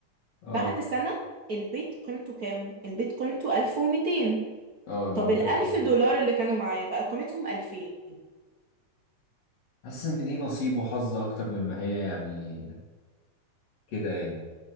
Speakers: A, on the left; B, on the right.
A: اه
B: بعد سنه البيت قيمته كام؟ البيت قيمته 1200
A: اه لو
B: طب الألف
A: كان سلام.
B: دولار اللي كانوا معاه بقى قيمتهم ألفين
A: حاسس ان دي نصيب وحظ اكتر مما هي يعني كده يعني